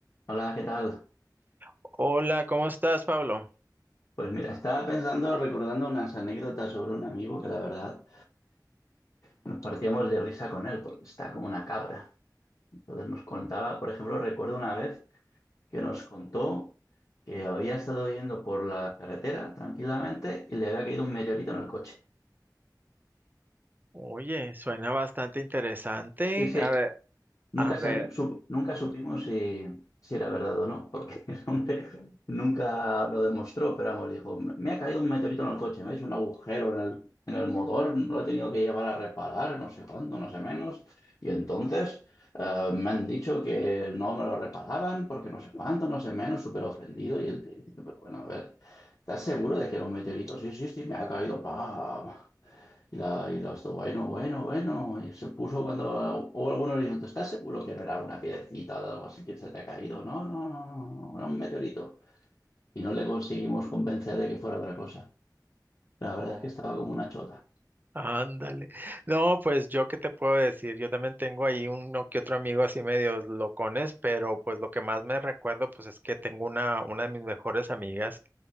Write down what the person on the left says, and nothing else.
Hola, ¿qué tal?
Pues mira, estaba pensando, recordando unas anécdotas sobre un amigo que la verdad nos partíamos de risa con él, porque está como una cabra. Entonces nos contaba, por ejemplo, recuerdo una vez que nos contó que había estado yendo por la carretera tranquilamente y le había caído un meteorito en el coche.
Sí, sí,
Nunca,
sabi- sup- nunca supimos si, si era verdad o no, porque <laughs> el hombre nunca lo demostró, pero vamos, dijo, me me ha caído un meteorito en el coche, me ha hecho un agujero en el, en el motor, lo he tenido que llevar a reparar, no sé cuánto, no sé menos, y entonces eh, me han dicho que no me lo reparaban porque no sé cuánto, no sé menos, súper ofendido, y él te dice, pero bueno, a ver, ¿estás seguro de que era un meteorito? Sí, sí, sí, me ha caído, pa. Y la, y los, dos, bueno, bueno, bueno. Y se puso cuando, o algunos le dijeron, ¿tú estás seguro que no era una piedrecita o algo así que se te ha caído? No, no, no, no, no, no, era un meteorito. Y no le conseguimos convencer de que fuera otra cosa. La verdad
es que estaba como una chota. <laughs>